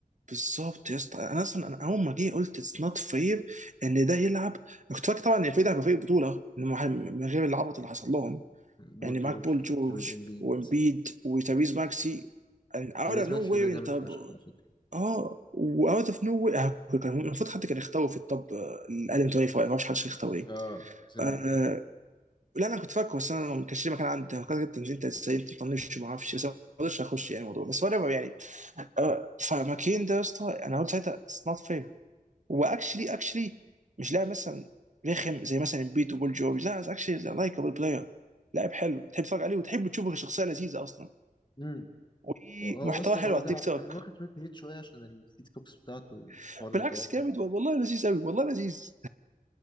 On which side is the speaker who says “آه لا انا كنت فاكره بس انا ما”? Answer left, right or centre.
Right